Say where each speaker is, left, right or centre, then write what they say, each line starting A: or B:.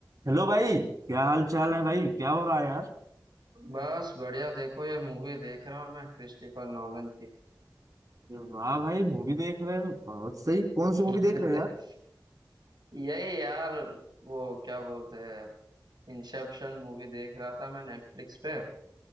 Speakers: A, on the right (about 50°); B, on the right (about 75°).
A: Hello भाई क्या हाल चाल है भाई क्या हो रहा है यार
B: बस बढ़िया देखो ये मूवी देख रहा हूँ मैं क्रिस्टोफर नॉलन की
A: अरे वाह भाई मूवी देख रहे हो बहुत सही कौन
B: <laughs>
A: सी मूवी देख रहे हो यार
B: यही यार वो क्या बोलते हैं इंसेप्शन मूवी देख रहा था मैं नेटफ्लिक्स पे